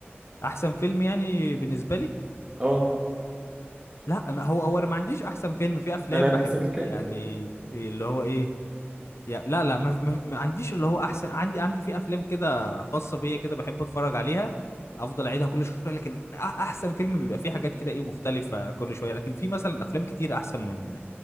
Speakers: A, on the left (about 85°); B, on the right (about 20°).
A: احسن فيلم يعني بالنسبه لي
B: اه
A: لا ما هو هو انا ما عنديش احسن فيلم في افلام
B: انا <laughs>
A: بحبها
B: نفس الكلام
A: يعني اللي هو ايه يا لا لا ما, ما, ما عنديش اللي هو احسن عندي عندي في افلام كده خاصه بيا كده بحب اتفرج عليها افضل اعيدها كل شويه لكن أ- احسن فيلم بيبقى فيه حاجات كده ايه مختلفه كل شويه لكن في مثلا افلام كتير احسن من